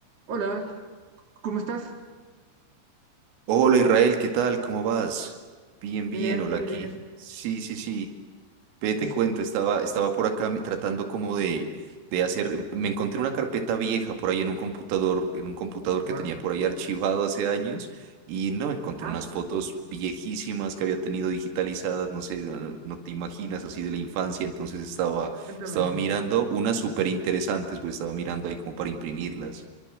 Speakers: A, on the right; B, on the right.
A: Hola, ¿cómo estás?
B: Hola Israel, ¿qué tal? ¿Cómo vas? Bien,
A: Bien,
B: bien, hola
A: muy
B: aquí.
A: bien.
B: Sí, sí, sí. Ve,
A: Es,
B: te cuento, estaba, estaba por acá me- tratando como de, de hacer, me encontré una carpeta vieja por ahí en un computador, en un computador
A: wow.
B: que tenía por ahí archivado hace años y no, encontré
A: Ah,
B: unas fotos viejísimas que había tenido digitalizadas, no sé, no, no te imaginas, así de la infancia, entonces estaba,
A: cuéntame,
B: estaba mirando unas súper interesantes, pues estaba mirando ahí como para imprimirlas.